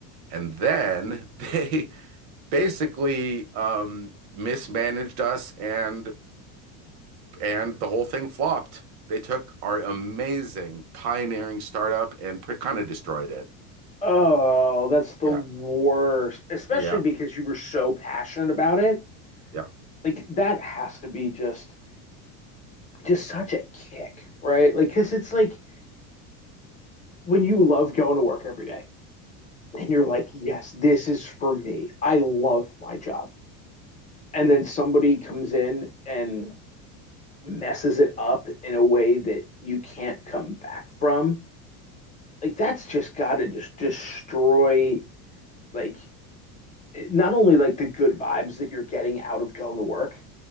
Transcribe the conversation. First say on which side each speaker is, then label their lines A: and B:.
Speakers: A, on the right; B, on the left.
A: And then <laughs> they basically um mismanaged us and and the whole thing flopped. They took our amazing pioneering startup and pretty kind of destroyed it.
B: Oh, that's the
A: Yeah,
B: worst. Especially
A: yeah,
B: because you were so passionate about it
A: yeah,
B: like that has to be just just such a kick, right? Like cuz it's like when you love going to work every day and you're like, "Yes, this is for me. I love my job." And then somebody comes in and messes it up in a way that you can't come back from. Like that's just got to just destroy like not only like the good vibes that you're getting out of going to work,